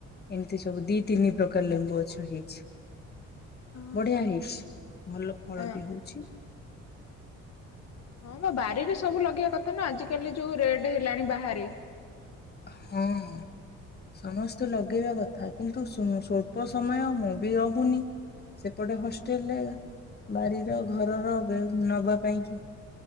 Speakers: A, on the left; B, on the left.
A: ଏମିତି ସବୁ ଦି ତିନି ପ୍ରକାର ଲେମ୍ବୁ ଗଛ ହେଇଛି।
B: ହଁ
A: ବଢ଼ିଆ ହେଇଚି। ଭଲ ଫଳ
B: ହଁ
A: ବି ହଉଚି।
B: ହଁ ବା ବାରିରେ ସବୁ ଲଗେଇବା କଥା ନା ଆଜିକାଲି ଯୋଉ ରେଟ ହେଲାଣି ବାହାରେ।
A: ହଁ ସମସ୍ତେ ଲଗେଇବା କଥା। କିନ୍ତୁ ସୁ ସ୍ୱଳ୍ପ ସମୟ ମୁଁ ବି ଅହୁନି। ସେପଟେ ହଷ୍ଟେଲରେ ବାରିର ଘରର ବେଉ ନବା ପାଇଁ କି